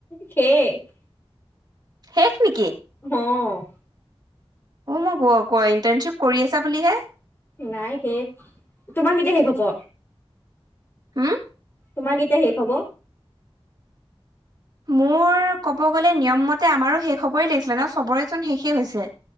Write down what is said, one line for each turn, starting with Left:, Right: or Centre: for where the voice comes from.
Left: শেষ
Right: শেষ নেকি
Left: অ
Right: অ' মই গ ক ইণ্টাৰ্ণশ্বিপ কৰি আছা বুলিহে
Left: নাই হে তোমাৰ কেতিয়া শেষ হব
Right: হোম
Left: তোমাৰ কেতিয়া শেষ হব
Right: মোৰ ক'ব গ'লে নিয়মমতে আমাৰো শেষ হ'বই লাগিছিলে ন চবৰেচোন শেষেই হৈছে